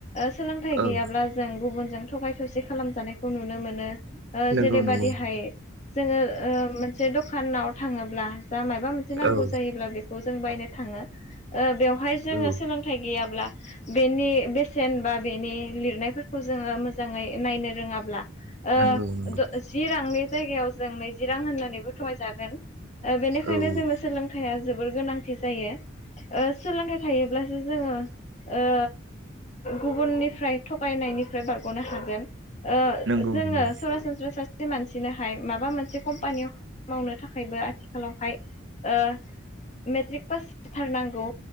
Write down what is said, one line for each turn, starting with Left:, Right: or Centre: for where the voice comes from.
Left: सोलोंथाइ गैयाब्ला
Right: औ
Left: जों गुबुन थगाय थसि खालामजानायखौ नुनो मोनो
Right: नंगौ
Left: जेरैबायदिहाय
Right: नंगौ
Left: जोङो मोनसे दखानाव थाङोब्ला जा माबा मोनसे नांगौ
Right: औ
Left: जायोब्ला बेखौ खौ जों बायनो थाङो बेवहाय जोङो
Right: औ
Left: सोलोंथाइ गैयाब्ला बेनि बेसेन बा बेनि लिरनायफोरखौ जोङो मोजाङै नायनो रोङाब्ला जि
Right: नंगौ नंगौ
Left: रांनि जायगायाव जों नैजि रां होननानैबो थगायजागोन ओ बेनिखायनो
Right: औ औ
Left: जोङो सोलोंथाइया जोबोर गोनांथि जायो सोलोंथाइ थायोब्लासो जोङो ओ गुबुननिफ्राय थगायनायनिफ्राय बारग'नो हागोन। ओ
Right: नंगौ
Left: जोङो
Right: नंगौ
Left: सरासनस्रा सा से मानसिनोहाय माबा मोनसे कम्पानियाव खा मावनो थाखायबो आथि खालावहाय ओ मेट्रिक पास जाथारनांगौ।